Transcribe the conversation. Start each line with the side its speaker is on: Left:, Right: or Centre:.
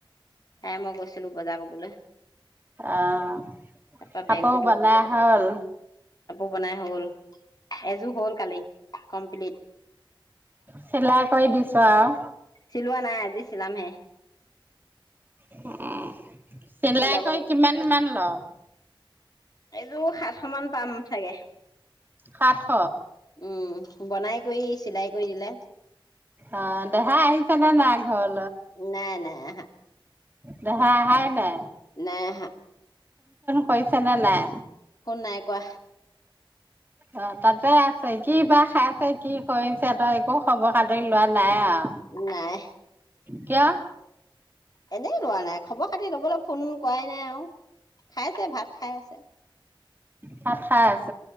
Left: তাই মই গৈছিলো বজাৰ কবলৈ
Right: অ'
Left: তাৰপা
Right: কাপোৰ
Left: বেংক
Right: বনাই হল
Left: বনাই হ'ল। এযোৰ হ'ল কালি কমপ্লিট।
Right: চিলাই কৰি দিছো আৰু
Left: চিলোৱা নাই, আজি চিলামহে।
Right: উম্‌- চিলাই
Left: চিলাব
Right: কৰি
Left: লাগিব
Right: কিমান মান লৱ?
Left: এযোৰ সাতশ মান পাম চাগে!
Right: সাতশ।
Left: উম বনাই কৰি চিলাই কৰি দিলে
Right: অ'- দেহা আহিছেনেে নাই ঘৰত?
Left: নাই নাই আহা।
Right: দেহা আহায়ে নাই?
Left: নাই আহা।
Right: হৈছে নে নাই?
Left: ফোন নাই কআ।
Right: অ তাতে কি বা খাইছে, কি কৰিছে তই একো খবৰ খাতি লোৱা নাই আৱ?
Left: নাই।
Right: কিয়?
Left: এনেই লোৱা নাই, খবৰ খাতি লবলৈ ফোন কৰাই নাই আৰু। খাইছে ভাত খাই আছে।
Right: ভাত খাই আছে।